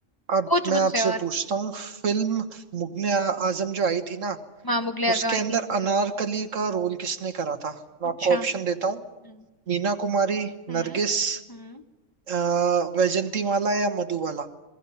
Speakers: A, on the right; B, on the left.
A: अब
B: पूछ
A: मैं
B: मुझसे
A: आपसे
B: और
A: पूछता हूँ फिल्म मुगले आजम जो आई थी ना
B: माँ मुगले आजम
A: उसके अंदर
B: आई थी
A: अनारकली का रोल किसने करा था मैं
B: अच्छा
A: आपको ऑप्शन देता हूँ
B: हम्म
A: मीना कुमारी
B: हम्म
A: नरगिस
B: हम्म।
A: अ, वैजंती माला या मधुबाला